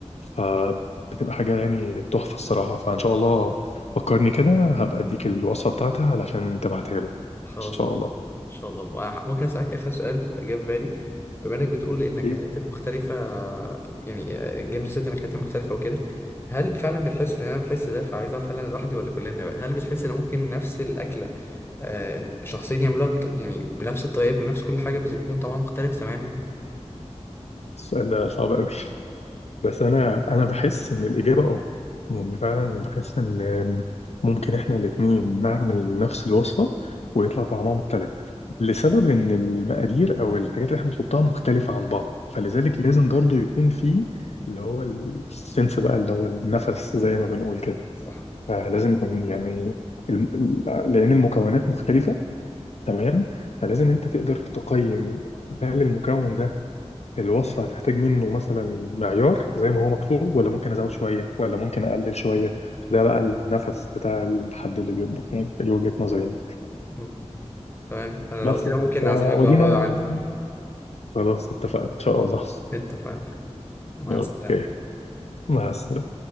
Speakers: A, on the left (about 65°); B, on the left (about 20°).
A: فبتبقى حاجة يعني تحفة الصراحة فإن شاء الله فكرني كده هبقى اديك الوصفة بتاعتها علشان تبعتها له إن
B: خلاص
A: شاء
B: إن شاء
A: الله
B: الله إن شاء الله آه، ممكن أسألك آخر سؤال جه في بالي بما إنك بتقول النكهات
A: أكيد
B: المختلفة يعني آه، جبنا ست نكهات المختلفة وكده هل فعلا بتحس إن أنا بحس ده فعايز أعرف هل أنا لوحدي ولا كلنا بقى هل بتحس إن ممكن نفس الأكلة آه شخصين يعملوها بط... يعني بنفس الطريقة بنفس كل حاجة بس بيكون طعمها مختلف تماما؟
A: السؤال ده صعب قوي بس انا انا بحس ان الاجابه اه يعني فعلا بحس ان ممكن احنا الاثنين نعمل نفس الوصفه ويطلع طعمها مختلف لسبب ان المقادير او الحاجات اللي احنا بنحطها مختلفه عن بعض فلذلك
B: مم.
A: لازم برضو يكون في اللي هو السنس بقى اللي هو النفس زي ما بنقول كده
B: صح
A: فلازم يكون يعني الم... لان المكونات مختلفه تمام فلازم انت تقدر تقيم هل المكون ده الوصفة هتحتاج منه مثلا معيار زي ما هو مكتوب ولا ممكن أزود شوية ولا ممكن أقلل شوية فده بقى النفس بتاع الحد اللي بيطبخ يعني دي وجهة نظري يعني
B: مم. تمام انا
A: بس
B: لو كده ممكن
A: آه،
B: اعزمك
A: ودينا
B: بقى مرة عندي
A: خلاص اتفقنا إن شاء الله
B: اتفقنا مع
A: أوكي
B: السلامة
A: مع السلامة